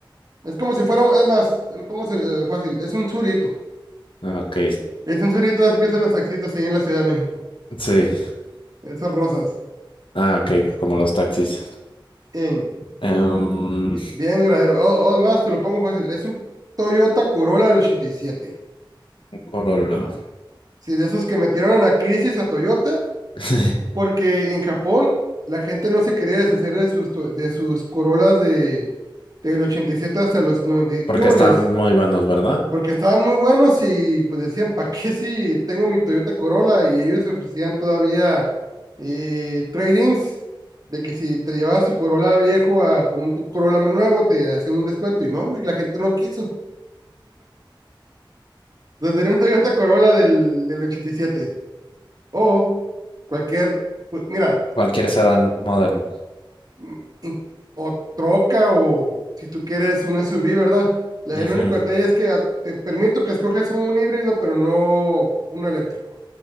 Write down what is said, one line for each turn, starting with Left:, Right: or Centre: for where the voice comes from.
Right: Es como si fuera, un- es más, te lo pongo eh, fácil, es un surito.
Left: Ah, Ok,
Right: Es un surito, así que son las taxistas ahí en la Ciudad de México.
Left: sí.
Right: Esas rosas.
Left: Ah, ok, como los taxis.
Right: Bien,
Left: Em,
Right: bi- bien duradero. O, o más, te lo pongo fácil, es un Toyota Corolla del ochenta y siete,
Left: Corolla.
Right: Sí, de esos que metieron en la crisis a Toyota
Left: <laughs>
Right: porque en Japón la gente no se quería deshacer de sus, to- de sus Corolas de, del 87 hasta los 90 y
Left: Porque
Right: qué huboles,
Left: están muy buenos, ¿verdad?
Right: porque estaban muy buenos y pues decían, <laughs> ¿para qué si tengo mi Toyota Corolla? Y ellos ofrecían todavía eh, trade-ins, de que si te llevabas tu Corolla viejo a por un tu Corolla más nuevo, te hacían un descuento, y no, güey, la gente no quiso. Entonces era un Toyota Corolla del, del 87 o cualquier, pues, mira,
Left: Cualquier sedán moderno.
Right: mm, in- o troca o si tú quieres un SUV, ¿verdad? La-
Left: Ujú,
Right: el único detalle es que al- te permito que escoges un híbrido, pero no uno eléctrico.